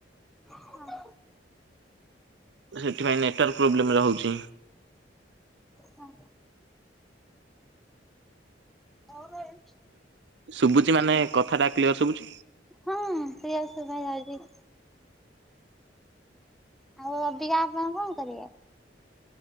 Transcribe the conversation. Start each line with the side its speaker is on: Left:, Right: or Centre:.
Centre: ହୁଁ।
Right: ସେଥିପାଇଁ ନେଟୱାର୍କ ପ୍ରୋବ୍ଲେମ ରହୁଛି।
Centre: ହଁ। ହଁ ବେ।
Right: ଶୁଭୁଚି ମାନେ କଥା ଟା କ୍ଲିୟର ଶୁଭୁଛି।
Centre: ହଁ ପ୍ରିୟସ ଶୁଭା ଯାଉଛି। ଆଉ ଅ ବିକା ଆପଣ କଣ କରିବେ?